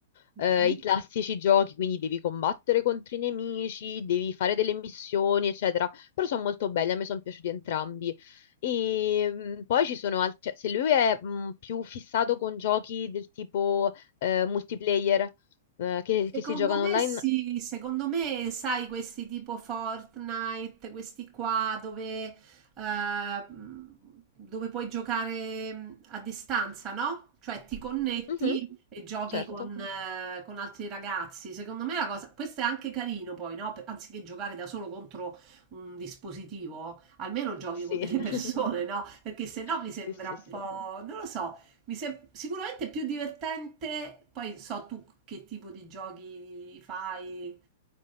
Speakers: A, on the right; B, on the left.
A: Mhm.
B: eh, i classici giochi, quindi devi combattere contro i nemici, devi fare delle missioni, eccetera. Però sono molto belli, a me sono piaciuti entrambi. E mh, poi ci sono altri, se lui è mh, più fissato con giochi del tipo eh, multiplayer eh, che,
A: Secondo
B: che si giocano
A: me
B: online,
A: sì, secondo me sai questi tipo Fortnite, questi qua dove, eh, dove puoi giocare mh, a distanza, no? Cioè ti connetti
B: mhm,
A: e giochi
B: certo.
A: con, eh, con altri ragazzi. Secondo me la cosa, questo è anche carino poi, no? Per- Anziché giocare da solo contro un dispositivo, almeno giochi
B: Sì.
A: con delle Sì,
B: <laughs>
A: persone, no? <laughs> Perché se no mi
B: Sì,
A: sembra
B: sì,
A: un
B: sì.
A: sì, sì. po', non lo so, mi sem- sicuramente più divertente, poi so tu che tipo di giochi fai,